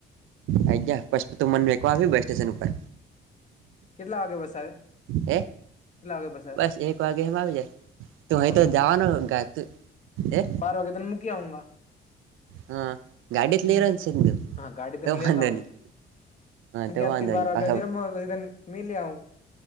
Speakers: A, on the right; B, on the left.
A: આઈ ગયા પશી મને મેકવા આવી બસ સ્ટેશન ઉપર.
B: કેટલા વાગે બસ આવે
A: હે
B: કેટલા વાગે આવે
A: બસ એક વાગે એમ આવી જાય.
B: એક
A: અહીં
B: વાગે
A: તો જવાનું ક્યાંક તો હે.
B: બાર વાગે તને મુકીયાવુગા.
A: હા ગાડી જ
B: હમ
A: લઈ રહ્યો છે તું
B: હા ગાડી તો હું લ્યો
A: વાંધો
B: ત્યાં
A: નહી
B: આવું
A: હા
B: અગિયારથી
A: તો વાંધો
B: બાર
A: નહી
B: અગિયારથી
A: પાછા
B: રમવાનું મીલી આવું.